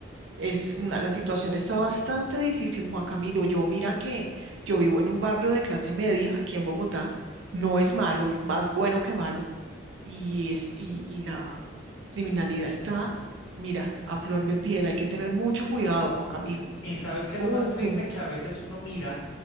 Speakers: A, on the right (about 75°); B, on the left (about 85°).
A: Es una, la situación está bastante difícil, Juan Camilo. Yo mira que yo vivo en un barrio de clase media aquí en Bogotá, no es malo, es más bueno que malo, y, es, y, y la criminalidad está, mira, a flor de piel. Hay que tener mucho cuidado, Juan Camilo.
B: Y sabes que
A: Uh,
B: lo más triste
A: que
B: que a veces uno mira,